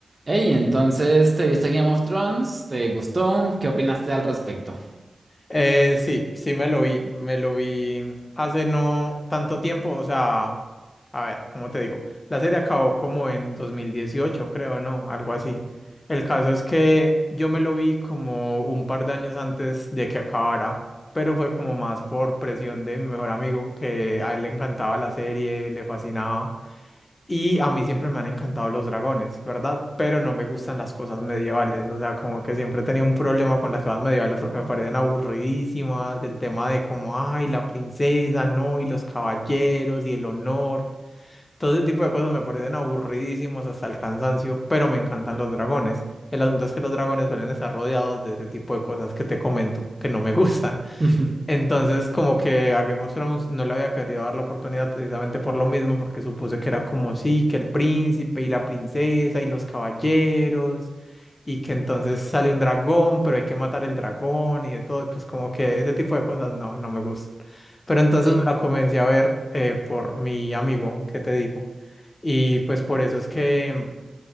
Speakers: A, on the right; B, on the left.
A: Hey, entonces, ¿te viste Game of Thrones? ¿Te gustó? ¿Qué opinaste al respecto?
B: Eh, sí, sí me lo vi, me lo vi hace no tanto tiempo, o sea, a ver, ¿cómo te digo? La serie acabó como en 2018, creo, ¿no? Algo así. El caso es que yo me lo vi como un par de años antes de que acabara, pero fue como más por presión de mi mejor amigo, que a él le encantaba la serie, le fascinaba. Y a mí siempre me han encantado los dragones, ¿verdad? Pero no me gustan las cosas medievales. O sea, como que siempre he tenido un problema con las cosas medievales porque me parecen aburridísimas. El tema de como, ay, la princesa, no, y los caballeros, y el honor. Todo ese tipo de cosas me parecen aburridísimos hasta el cansancio, pero me encantan los dragones. El asunto es que los dragones suelen estar rodeados de ese tipo de cosas que te comento, que no me <laughs> gustan.
A: <laughs> <laughs>
B: Entonces, como que a Game of Thrones no le había querido dar la oportunidad precisamente por lo mismo, porque supuse que era como sí, que el príncipe y la princesa y los caballeros, y que entonces sale un dragón, pero hay que matar el dragón y de todo, y pues como que ese tipo de cosas no, no me gustan. Pero entonces
A: Ey,
B: me la comencé a ver eh, por mi amigo, ¿qué te digo? Y pues por eso es que